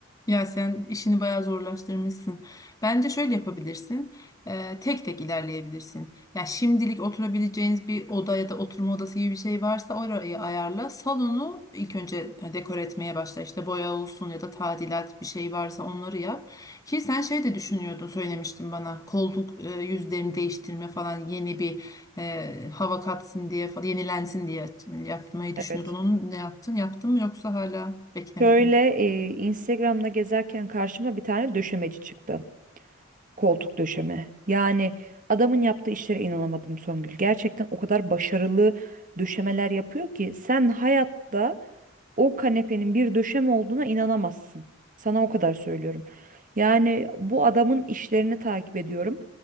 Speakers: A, on the left (about 15°); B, on the right (about 40°).
A: Ya sen işini bayağı zorlaştırmışsın. Bence şöyle yapabilirsin. Eee, tek tek ilerleyebilirsin. Ya şimdilik oturabileceğiniz bir oda ya da oturma odası gibi bir şey varsa orayı ayarla. Salonu ilk önce dekor etmeye başla. İşte boya olsun ya da tadilat bir şey varsa onları yap. Ki sen şey de düşünüyordun söylemiştin bana. Koltuk eee, yüzlerini değiştirme falan yeni bir eee, hava katsın diye falan yenilensin diye yapmayı düşünüyordun.
B: Evet.
A: Onu ne yaptın? Yaptın mı yoksa hala beklemedi
B: Şöyle
A: mi?
B: e, Instagram'da gezerken karşıma bir tane döşemeci çıktı. Koltuk döşeme. Yani adamın yaptığı işlere inanamadım Songül. Gerçekten o kadar başarılı döşemeler yapıyor ki sen hayatta o kanepenin bir döşeme olduğuna inanamazsın. Sana o kadar söylüyorum. Yani bu adamın işlerini takip ediyorum.